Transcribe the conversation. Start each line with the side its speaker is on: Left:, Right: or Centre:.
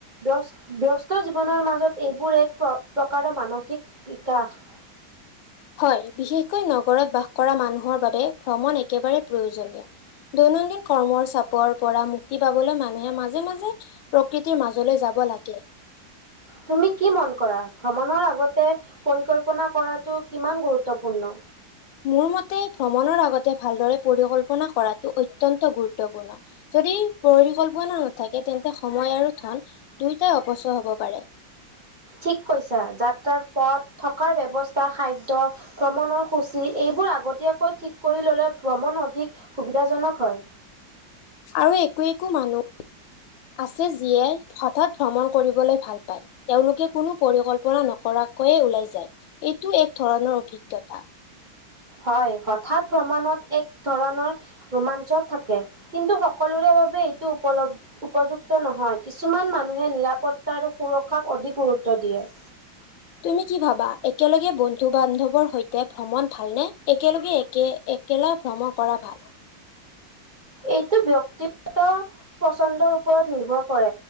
Right: ব্যস ব্যস্ত জীৱনৰ মাজত এইবোৰ এক প্ৰ প্ৰকাৰৰ মানসিক বিকাশ।
Left: হয়। বিশেষকৈ নগৰত বাস কৰা মানুহৰ বাবে ভ্ৰমণ একেবাৰে প্ৰয়োজনীয়। দৈনন্দিন কৰ্মৰ চাপৰ পৰা মুক্তি পাবলৈ মানুহে মাজে মাজে প্ৰকৃতিৰ মাজলৈ যাব লাগে।
Right: তুমি কি মন কৰা, ভ্ৰমণৰ আগতে পৰিকল্পনা কৰাটো কিমান গুৰুত্বপূৰ্ণ?
Left: মোৰ মতে ভ্ৰমণৰ আগতে ভালদৰে পৰিকল্পনা কৰাটো অত্যন্ত গুৰুত্বপূৰ্ণ। যদি পৰিকল্পনা নাথাকে তেন্তে সময় আৰু দুয়োটাই অপচয় হ'ব পাৰে।
Right: ঠিক কৈছা। যাত্ৰাৰ পথ থকাৰ ব্যৱস্থা খাদ্য ভ্ৰমণৰ সূচী এইবোৰ আগতীয়াকৈ ঠিক কৰি ললে ভ্ৰমণ অধিক সুবিধাজনক হয়।
Left: আৰু একো একো মানুহ আছে যিয়ে হঠাৎ ভ্ৰমণ কৰিবলৈ ভাল পায়। তেওঁলোকে কোনো পৰিকল্পনা নকৰাকৈয়ে ওলাই যায়, এইটো এক ধৰণৰ অভিজ্ঞতা।
Right: হয়, হঠাৎ ভ্ৰমণত এক ধৰণৰ ৰোমাঞ্চক থাকে, কিন্তু সকলোৰে বাবে এইটো উপলব উপযুক্ত নহয়, কিছুমান মানুহে নিৰাপত্তা আৰু সুৰক্ষাক অধিক গুৰুত্ব দিয়ে।
Left: তুমি কি ভাবা? একেলগে বন্ধু বান্ধৱৰ সৈতে ভ্ৰমণ ভালনে? একেলগে একে একেলা ভ্ৰমণ কৰা ভাল।
Right: এইটো ব্যক্তিগত পচন্দৰ ওপৰত নিৰ্ভৰ কৰে।